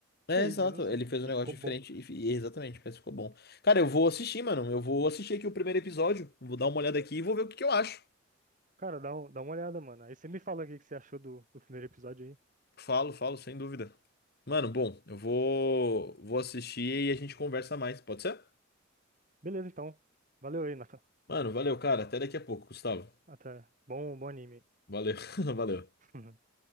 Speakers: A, on the right; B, on the left.
A: fez
B: É, exato.
A: mesmo assim,
B: Ele fez
A: e
B: um negócio
A: ficou bom.
B: diferente e, e exatamente, parece que ficou bom. Cara, eu vou assistir, mano. Eu vou assistir aqui o primeiro episódio. Vou dar uma olhada aqui e vou ver o que que eu acho.
A: Cara, dá, um- dá uma olhada, mano. Aí você me fala o que que você achou do, do primeiro episódio aí.
B: Falo, falo, sem dúvida. Mano, bom, eu vou, vou assistir e a gente conversa mais, pode ser?
A: Beleza, então. Valeu aí, Nathan.
B: Mano, valeu, cara. Até daqui a pouco, Gustavo.
A: Até. Bom, bom anime.
B: Valeu, <laughs> valeu.
A: aí. <laughs>